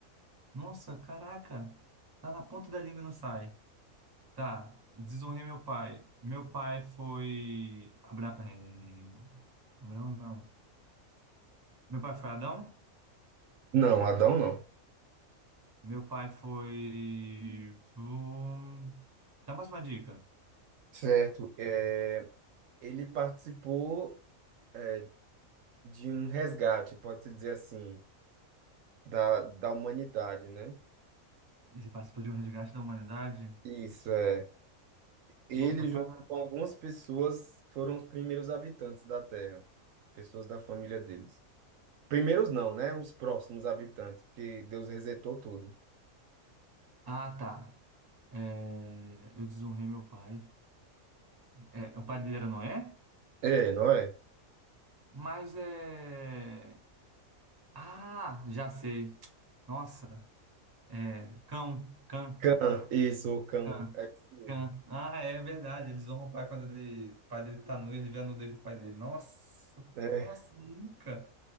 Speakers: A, on the right; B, on the right.
A: Nossa, caraca, tá na ponta da língua e não sai. Tá, desonrei meu pai. Meu pai foi. Abra... é, Abraão, não. Meu pai foi Adão?
B: não, Adão não.
A: Meu pai foi. hum, Dá mais uma dica.
B: Certo. É, ele participou é, de um resgate, pode-se dizer assim, da, da humanidade, né?
A: Ele participou de um resgate da humanidade?
B: Isso, é. Ele,
A: Nossa, tá
B: junto
A: na.
B: com algumas pessoas, foram os primeiros habitantes da Terra, pessoas da família deles. Primeiros não, né? Os próximos habitantes, porque Deus resetou tudo.
A: Ah, tá. É, Eu desonrei meu pai. É, O pai dele era Noé?
B: É, não é?
A: Mas é. Ah, já sei. Nossa, é. Cão, cão.
B: Cã, isso, o cão.
A: Cã.
B: É isso mesmo.
A: Cã. Ah, é verdade. Eles honram o pai quando ele, o pai dele tá nu, ele vê a nudez do pai dele. Nossa,
B: É,
A: nossa, nunca.